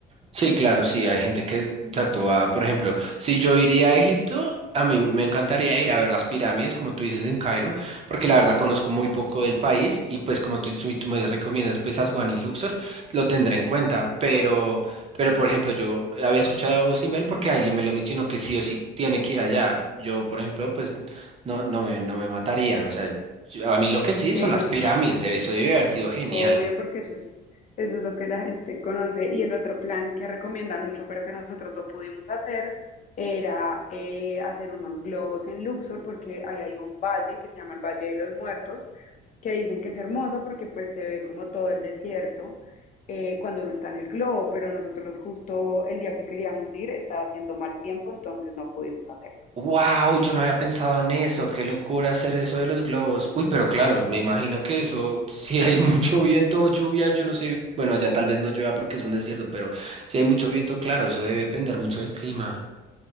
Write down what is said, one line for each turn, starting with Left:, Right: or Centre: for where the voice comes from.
Right: Sí, claro, sí, hay gente que, exacto, va, por ejemplo, si yo iría a Egipto, a mí me encantaría ir a ver las pirámides, como tú dices, en Cairo, porque la verdad conozco muy poco del país y pues como tú, tú- tú me recomiendas, pues Aswan y Luxor, lo tendré en cuenta, pero, pero por ejemplo, yo había escuchado a Abu Simbel porque alguien me lo mencionó que sí o sí tiene que ir allá. Yo, por ejemplo, pues no, no me, no me mataría, o sea, yo- a mí lo que sí
Left: Sí,
Right: son las pirámides, de eso debe haber sido genial.
Left: Obvio, porque eso es, eso es lo que la gente conoce. Y el otro plan que recomiendan mucho, pero que nosotros no pudimos hacer, era eh, hacer unos globos en Luxor, porque ahí hay un valle que se llama el Valle de los Muertos, que dicen que es hermoso porque pues se ve como todo el desierto eh, cuando uno está en el globo, pero nosotros justo el día que queríamos ir estaba haciendo mal tiempo, entonces no pudimos hacerlo.
Right: Wow, yo no había pensado en eso, qué locura hacer eso de los globos. Uy, pero claro, me imagino que eso, si hay <laughs> mucho viento o lluvia, yo no sé, bueno, allá tal vez no llueva porque es un desierto, pero si hay mucho viento, claro, eso debe depender mucho del clima.